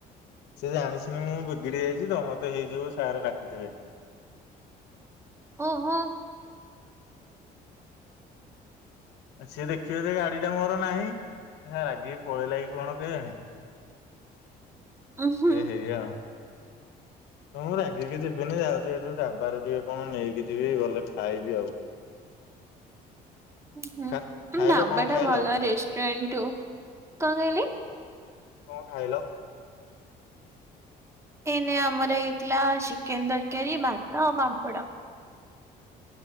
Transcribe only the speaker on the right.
ଓହୋ।
ଉହୁଁ
ହୁଁ
ଢ଼ାବାଟା
ଭଲ ରେଷ୍ଟୁରାଣ୍ଟ ଠୁ। କଣ କହିଲେ?
ଏନେ ଆମର ହେଇଥିଲା ଚିକେନ ତରକାରୀ, ଭାତ, ଆଉ ପାମ୍ପଡ।